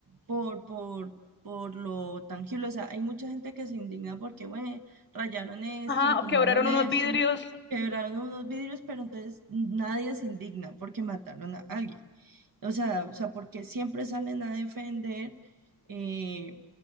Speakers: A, on the right (about 55°); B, on the left (about 30°).
A: por, por, por lo tangible. O sea, hay mucha gente que se indigna porque, bueno, rayaron esto,
B: Ajá,
A: tumbaron
B: o quebraron
A: eso,
B: unos vidrios,
A: quebraron unos vidrios, pero entonces nadie se indigna porque mataron a alguien. O sea, o sea, porque siempre salen a defender eh,